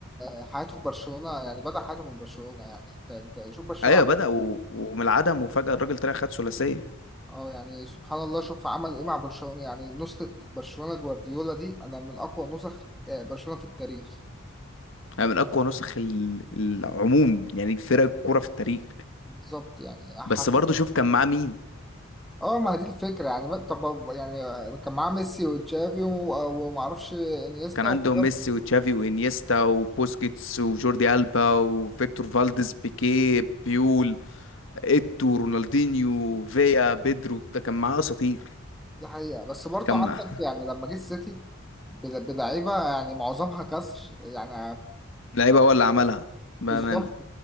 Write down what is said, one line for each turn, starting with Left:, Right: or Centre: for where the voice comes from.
Centre: آه، حياته في برشلونة يعني بدأ حياته من برشلونة يعني انت انت شوف برشلونة
Left: ايوه بدأ و... ومن العدم وفجأة الراجل طلع خد ثلاثية
Centre: اه يعني سبحان الله شوف عمل ايه مع برشلونة يعني نسخة برشلونة جوارديولا دي انا من اقوى نسخ آه، برشلونة في التاريخ
Left: يعني من اقوى نسخ ال- العموم يعني فرق الكوره في التاريخ
Centre: بالظبط يعني
Left: بس
Centre: حسيت
Left: برضه شوف كان معاه مين
Centre: اه ما هي دي الفكرة يعني ما- طب يعني آه، كان معاه ميسي وتشافي و- ومعرفش انيستا
Left: كان عنده
Centre: وكده
Left: ميسي وتشافي وانيستا وبوسكيتس وجوردي ألبا وفيكتور فالديز بيكيه بيول ايتو رونالدينيو فيا بيدرو ده كان معاه اساطير
Centre: دي حقيقة بس برضو
Left: كان
Centre: عندك
Left: معاه
Centre: يعني لما جه السيتي بل- بلعيبة يعني معظمها كسر يعني
Left: لعيبه هو اللي عملها بامانه
Centre: بالظبط